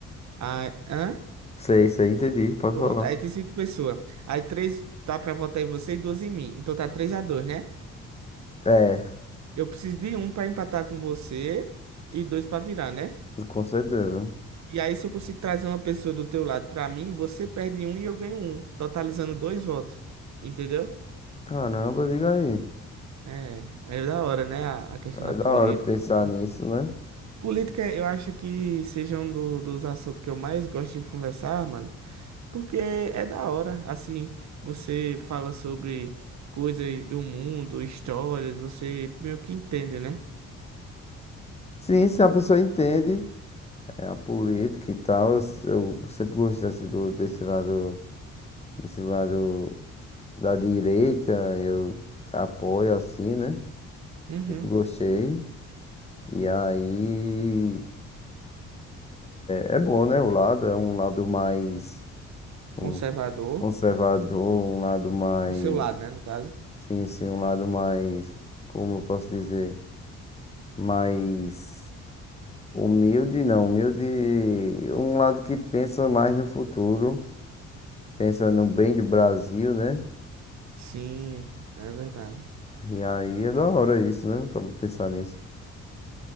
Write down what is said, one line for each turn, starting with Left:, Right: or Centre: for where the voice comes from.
Right: Aí, hã?
Left: Sei, sei, entendi. Pode
Right: Pronto,
Left: falar.
Right: aí tem cinco pessoas. Aí três tá pra votar em você e duas em mim. Então tá três a dois, né?
Left: É,
Right: Eu preciso de um pra empatar com você e dois pra virar, né?
Left: com certeza.
Right: E aí, se eu conseguir trazer uma pessoa do teu lado pra mim, você perde um e eu ganho um, totalizando dois votos. Entendeu?
Left: Caramba, diga aí.
Right: É, é da hora, né? A, a questão
Left: É
Right: da
Left: da
Right: política
Left: hora pensar
Right: e tal.
Left: nisso, né?
Right: Política, eu acho que seja um do- dos assuntos que eu mais gosto de conversar, mano, porque é da hora. Assim, você fala sobre coisas do mundo, histórias, você meio que entende, né?
Left: Sim, se a pessoa entende é, a política e tal, eu, s- eu sempre gostei assim, do, desse lado, desse lado da direita, eu apoio assim, né?
Right: Uhum.
Left: Sempre gostei. E aí. É, é bom, né? O lado é um lado mais como
Right: Conservador,
Left: conservador, um lado mais.
Right: o seu lado, né, no caso.
Left: Sim, sim, um lado mais. Como eu posso dizer? Mais humilde, não. Humilde. Um lado que pensa mais no futuro, pensa no bem do Brasil, né?
Right: Sim, é verdade.
Left: E aí é da hora isso, né? Eu acabo de pensar nisso.